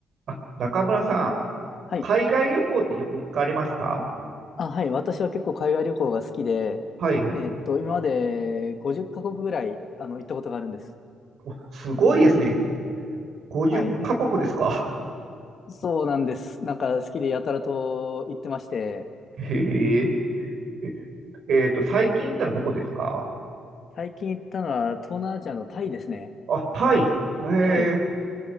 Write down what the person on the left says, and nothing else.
はい。
あ、はい。私は結構海外旅行が好きで、
えっと、今まで50カ国ぐらい、あの、行ったことがあるんです。
はい。え、そうなんです。なんか好きでやたらと行ってまして、
最近行ったのは東南アジアのタイですね。
はい。